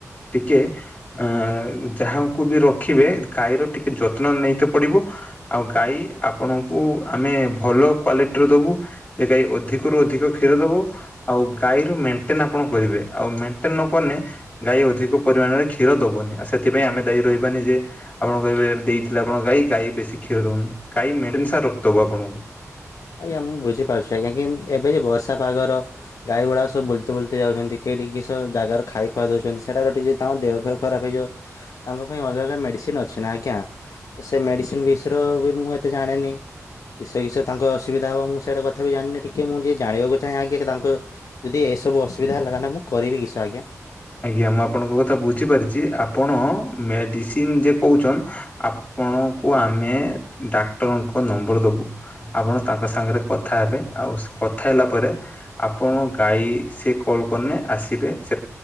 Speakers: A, on the left; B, on the left.
A: ଟିକେ ଅ ଯାହାକୁ ବି ରଖିବେ ଗାଈର ଟିକେ ଯତ୍ନ ନେଇତ ପଡିବ। ଆଉ ଗାଈ ଆପଣଙ୍କୁ ଆମେ ଭଲ କ୍ଵାଲିଟିର ଦେବୁ। ଏକାଈ ଅଧିକରୁ ଅଧିକ କ୍ଷୀର ଦେବ। ଆଉ ଗାଈରୁ ମେଣ୍ଟେନ ଆପଣ କରିବେ ଆଉ ମେଣ୍ଟେନ ନ କନେ ଗାଈ ଅଧିକ ପରିମାଣରେ କ୍ଷୀର ଦେବନି ଆଉ ସେଥିପାଇଁ ଆମେ ଦାୟୀ ରହିବାନି ଯେ ଆପଣ କହିବେ ଦେଇଥିଲେ ଆପଣ ଗାଈ ଗାଈ ବେଶୀ କ୍ଷୀର ଦଉନି ଗାଈ ମେଡିନ ସାର ରକ୍ତ ହବ ଆପଣଙ୍କୁ।
B: ଆଜ୍ଞା ମୁଁ ବୁଝିପାରୁଛି ଆଜ୍ଞା କି ଏବେ ଯେ ବର୍ଷା ପାଗର ଗାଈ ଗୁଡା ସବୁ ବୁଲତ ବୁଲତ ଯାଉଛନ୍ତି କେହିଠିକି କିସ ଜାଗାରୁ ଖାଇ ଖୁଆ ଦଉଛନ୍ତି ସେଟାର ଟିକେ ତାଙ୍କ ଦେହ ଫେହ ଖରାପ ହେଇଯିବ ତାଙ୍କ ପାଇଁ ଅଲଗା ଅଲଗା ମେଡ଼ିସିନ ଅଛି ନା ଆଜ୍ଞା। ସେ ମେଡିସିନ ବିଷର ବି ମୁଁ ଏତେ ଜାଣିନି କିସ କିସ ତାଙ୍କ ଅସୁବିଧା ହେବ ମୁ ସେଇଟା କଥା ବି ଜାଣିନି ଟିକେ ମୁଁ ଟିକେ ଜାଣିବାକୁ ଚାହେଁ ଆଜ୍ଞା ତାଙ୍କୁ ଯଦି ଏସବୁ ଅସୁବିଧା ହେଲା ତାେଲେ ମୁଁ କରିବି କିସ ଆଜ୍ଞା?
A: ଆଜ୍ଞା ମୁଁ ଆପଣଙ୍କ କଥା ବୁଝିପାରିଛି ଆପଣ ମେଡ଼ିସିନ ଯେ କହୁଛନ୍ ଆପଣଙ୍କୁ ଆମେ ଡାକ୍ତରଙ୍କ ନମ୍ବର ଦେବୁ। ଆପଣ ତାଙ୍କ ସାଙ୍ଗରେ କଥା ହେବେ ଆଉ କଥା ହେଲା ପରେ ଆପଣ ଗାଈ ସେ କଲ୍ କରିନେ ଆସିବେ ସେ